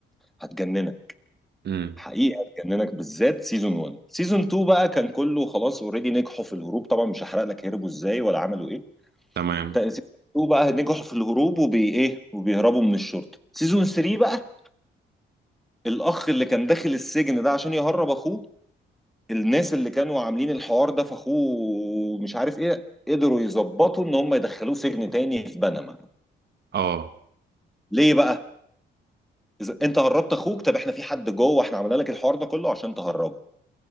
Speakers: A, in the centre; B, on the right.
A: هتجننك
B: امم
A: حقيقة هتجننك بالذات سيزون 1 سيزون 2 بقى كان كله خلاص اوريدي نجحوا في الهروب طبعا مش هحرق لك هربوا ازاي ولا عملوا ايه
B: تمام
A: تا- سيزون 2 بقى نجحوا في الهروب وبي ايه وبيهربوا من الشرطة سيزون 3 بقى الاخ اللي كان داخل السجن ده عشان يهرب اخوه الناس اللي كانوا عاملين الحوار ده في اخوه مش عارف ايه قدروا يظبطوا ان هم يدخلوه سجن تاني في بنما
B: اه
A: ليه بقى إذا انت هربت اخوك طب احنا في حد جوه احنا عملنا لك الحوار ده كله عشان تهربه